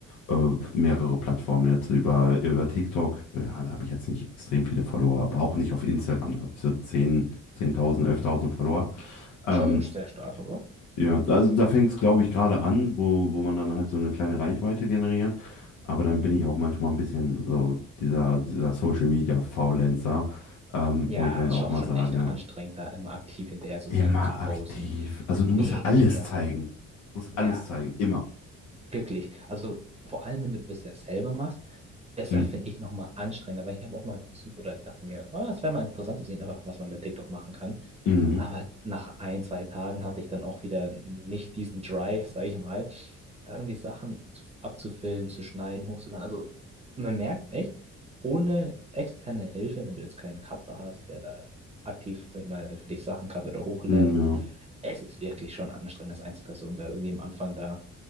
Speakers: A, on the left (about 75°); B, on the right (about 20°).
A: äh, mehrere Plattformen jetzt, über, über TikTok, ja, da habe ich jetzt nicht extrem viele Follower, aber auch nicht auf Instagram, da habe ich so zehn 10.000 11.000 Follower. Ähm,
B: Schon sehr stark, aber.
A: ja, also da fängt es, glaube ich, gerade an, wo, wo man dann halt so eine kleine Reichweite generiert. Aber dann bin ich auch manchmal ein bisschen so dieser, dieser Social Media Faulenzer, ähm,
B: Ja,
A: wo ich dann
B: ist
A: auch
B: auch
A: mal
B: schon
A: sage,
B: echt anstrengend, da immer aktiv hinterher zu
A: immer
B: sein, zu posten.
A: aktiv. Also
B: Mega,
A: du musst ja alles
B: oder?
A: zeigen. Du musst
B: Ja,
A: alles zeigen, immer.
B: wirklich. Also vor allem, wenn du das ja selber machst, ist
A: Mhm.
B: ja, finde ich, nochmal anstrengender, weil ich habe auch mal versucht, oder ich dachte mir, ah, es wäre mal interessant zu sehen, einfach was man mit TikTok machen kann.
A: Mhm.
B: Aber nach ein, zwei Tagen hatte ich dann auch wieder nicht diesen Drive, sag ich mal, da irgendwie Sachen zu- abzufilmen, zu schneiden, hochzuladen. Also man merkt echt, ohne externe Hilfe, wenn du jetzt keinen Cutter hast, der da aktiv, sag ich mal, für dich Sachen cuttet oder hochlädt,
A: Ja,
B: es ist wirklich schon anstrengend, als Einzelperson da irgendwie am Anfang da,